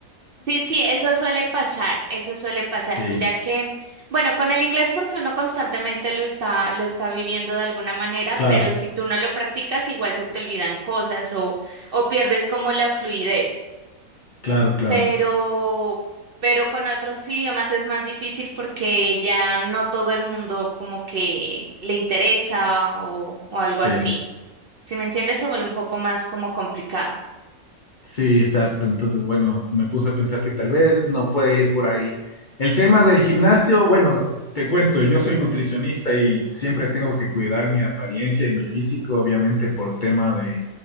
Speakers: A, on the right (about 50°); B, on the left (about 45°).
A: Sí, sí, eso suele pasar, eso suele pasar.
B: Sí,
A: Mira que, bueno, con el inglés porque uno constantemente lo está, lo está viviendo de alguna manera,
B: claro,
A: pero si tú no lo practicas, igual se te olvidan cosas o, o pierdes como la fluidez.
B: claro, claro.
A: Pero, pero con otros idiomas es más difícil porque ya no todo el mundo como que le interesa o, o algo
B: Sí.
A: así. Si me entiendes, se vuelve un poco más como complicado.
B: Sí, exacto. Entonces, bueno, me puse a pensar que tal vez no puede ir por ahí. El tema del gimnasio, bueno, te cuento, yo soy nutricionista y siempre tengo que cuidar mi apariencia y mi físico, obviamente por tema de,